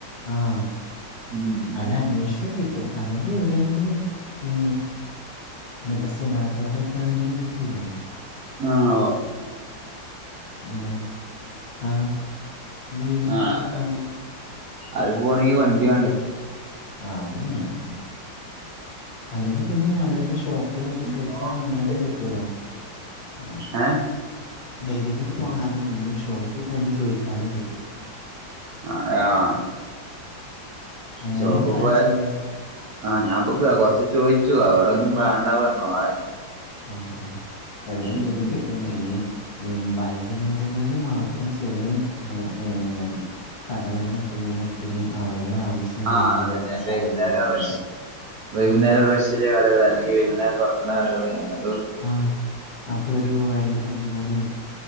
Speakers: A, on the left (about 50°); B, on the right (about 70°).
A: ആഹ്,
B: ഉം
A: അല്ല, അന്വേഷിച്ച കിട്ടും. അല്ലെങ്കിൽ എവിടെയെങ്കിലും ഈ. മറ്റെ, സുമാറ്റോയുടെക്കെയാ ണെങ്കിലും കിട്ടൂലേ?
B: ആഹ്, ഓഹ്
A: ഉം, ആഹ്, വീവനിംങൊക്കെ
B: ആഹ്
A: പോണം.
B: അത് പോണങ്കി വണ്ടി വാണ്ടേ?
A: ആഹ്, അതും വേണം. അല്ലെങ്കിൽ പിന്നെ അവരുടെ ശോ ഷോപ്പിലൊക്കെ ചോദിച്ചാ
B: നോക്കണ്ട്
A: അങ്ങനെയും കിട്ടൂലോ? ആഹ്,
B: ഏഹ്
A: ഡെലിവറി പോകാതെ നമ്മള് ഷോപ്പി തന്നെ ചോദിച്ചാലും കിട്ടും.
B: ആഹ്, ആഹ്
A: അങ്ങനെയും
B: ഷോപ്പ്
A: ട്രൈ
B: പോയ
A: ചെയ്യാം
B: ആഹ്, ഞാൻ പൊ കൊറച്ച് ചോയിച്ചു അവിടൊന്നും വേണ്ടാ പറഞ്ഞു. ആളെ
A: ആഹ്, ആഹ് എവിടെങ്കിലൊക്കെ
B: ഉം
A: കിട്ടും. ന്നേ, വൈകുന്നേരങ്ങളിൽ മാത്രം ചെലേ ഏ കടകളിലൊക്കെ ഇങ്ങനെ ഒത്തിരി ആളുകളെ ആവശ്യം.
B: ആഹ്,
A: വേണ്ടി
B: അതന്നെ.
A: വരുന്ന
B: വൈകുന്നേരം
A: സാഹചര്യൊക്കെയുണ്ട്
B: റഷ് വൈകുന്നേരം
A: ആഹ്
B: റഷ് ചില കടകൾ അല്ലെങ്കി, വൈകുന്നേരം തുറക്കണ കടകൾ അങ്ങനെ.
A: ആഹ്, അപ്പൊ ഒരു വൈകിട്ട് അഞ്ച്. അഞ്ചു മണി തൊട്ട് അഞ്ചു